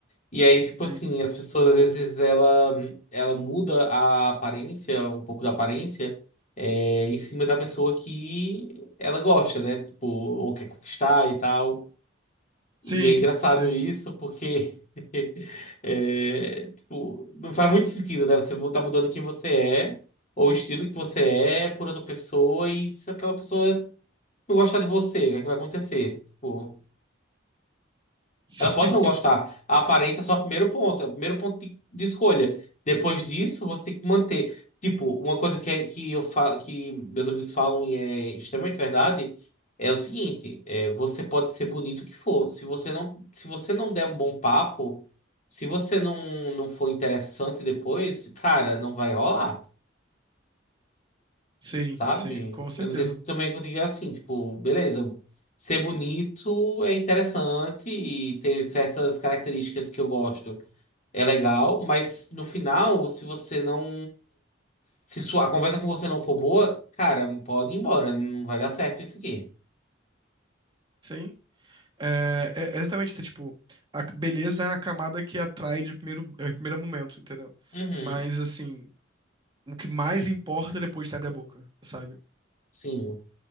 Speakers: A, on the left (about 40°); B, on the right (about 25°).
A: E aí, tipo
B: sim.
A: assim, as pessoas às vezes ela, ela muda a aparência, um pouco da aparência, é, em cima da pessoa que ela gosta, né? Tipo, ou quer conquistar e tal.
B: Sim,
A: E é engraçado
B: sim.
A: isso porque, <laughs> é, tipo, não faz muito sentido, né? Você tá mudando quem você é, ou o estilo que você é por outra pessoa, e se aquela pessoa não gostar de você, o que é que vai acontecer? Tipo.
B: <laughs>
A: Ela pode não gostar. A aparência é só o primeiro ponto, é o primeiro ponto de, de escolha. Depois disso, você tem que manter. Tipo, uma coisa que, é- que eu fa que meus amigos falam e é extremamente verdade é o seguinte: é, você pode ser bonito o que for. Se você não, se você não der um bom papo, se você não, não for interessante depois, cara, não vai rolar
B: Sim,
A: sabe?
B: sim, com certeza.
A: Eu não sei se também é contigo é assim, tipo, beleza, ser bonito é interessante e ter certas características que eu gosto é legal, mas no final, se você não. Se sua, a conversa com você não for boa, cara, pode ir embora, não vai dar certo isso aqui.
B: Sim. É, é é exatamente isso, é tipo, a beleza é a camada que atrai de primeiro, é, primeiro momento, entendeu?
A: Uhum,
B: Mas, assim, o que mais importa depois que abre a boca, sabe?
A: sim,